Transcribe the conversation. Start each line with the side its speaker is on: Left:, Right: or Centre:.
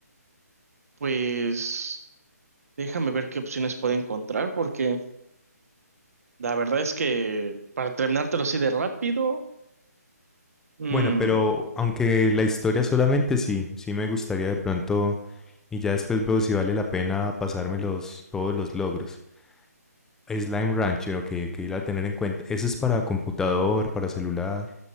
Right: pues Déjame ver qué opciones puedo encontrar, porque la verdad es que para terminártelo así de rápido, mm,
Centre: Bueno, pero aunque la historia solamente sí, sí me gustaría de pronto, y ya después veo si vale la pena pasarme los, todos los logros. Slime Rancher, ok, ok, la tener en cuenta. ¿Eso es para computador, para celular?